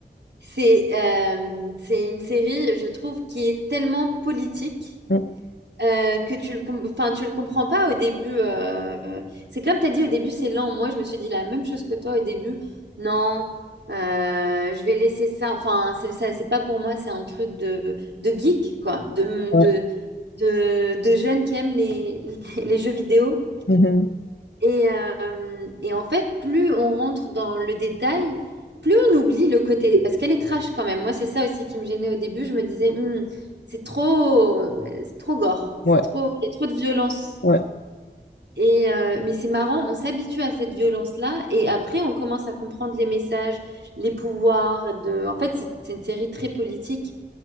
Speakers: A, on the right; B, on the left.
A: C'est euh, c'est une série, je trouve, qui est tellement politique.
B: Mm,
A: euh, que tu le, com- enfin, tu le comprends pas au début. euh, C'est comme tu as dit au début, c'est lent. Moi, je me suis dit la même chose que toi au début. Non, euh, je vais laisser ça. Enfin, c'est ça, c'est pas pour moi, c'est un truc de, de geek, quoi, de,
B: Ouais.
A: de, de, de jeunes qui aiment les, <laughs> les jeux vidéo.
B: Mhm.
A: Et, euh, et en fait, plus on rentre dans le détail, plus on oublie le côté, parce qu'elle est trash quand même. Moi, c'est ça aussi qui me gênait au début. Je me disais, Hmm, c'est trop, euh, c'est trop gore, c'est
B: Ouais.
A: trop, il y a trop de violence.
B: Ouais.
A: Et euh, mais c'est marrant, on s'habitue à cette violence-là, et après, on commence à comprendre les messages, les pouvoirs de. En fait, c'est c'est une série très politique